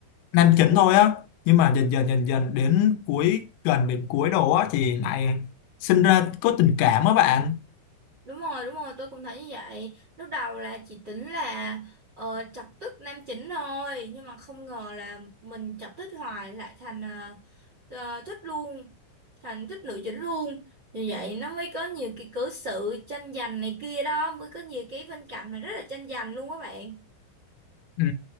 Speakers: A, on the left; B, on the right.
A: nam chính thôi á nhưng mà dần dần dần dần đến cuối gần đến cuối đồ á thì lại sinh ra có tình cảm á bạn
B: Đúng rồi, đúng rồi, tôi cũng thấy như vậy. Lúc đầu là chỉ tính là ờ, chọc tức nam chính thôi, nhưng mà không ngờ là mình chọc thích hoài lại thành ờ, ờ, thích luôn, thành thích nữ chính luôn. Vì vậy nó mới có nhiều cái cớ sự tranh giành này kia đó, mới có nhiều cái phân cảnh mà rất là tranh giành luôn các bạn.
A: Ừ,